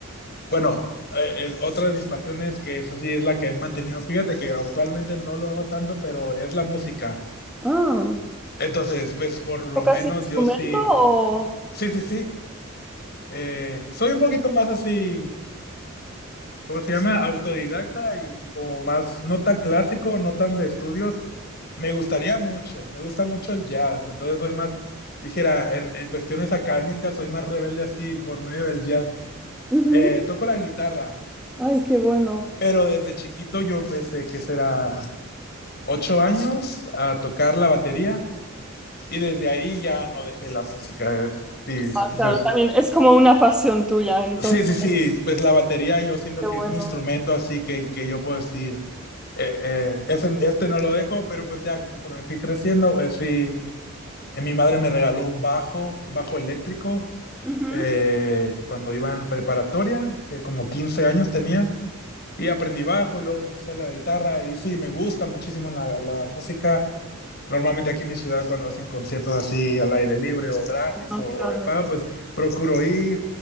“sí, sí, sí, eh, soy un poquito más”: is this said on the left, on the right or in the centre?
Left